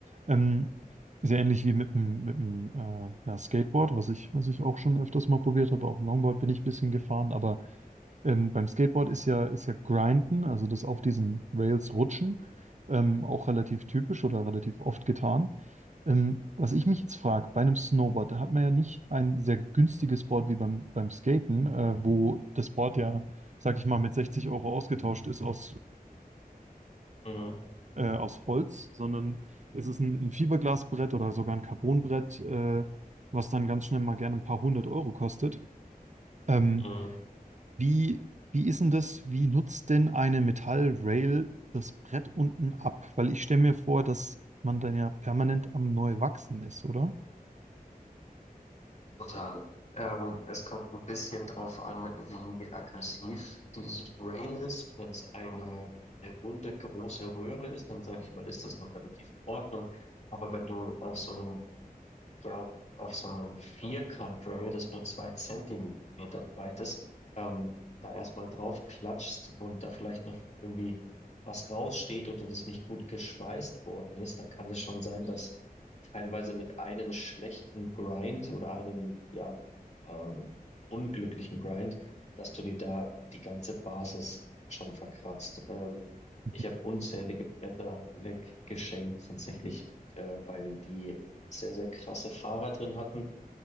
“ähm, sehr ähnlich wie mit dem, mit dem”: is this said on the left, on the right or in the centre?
Right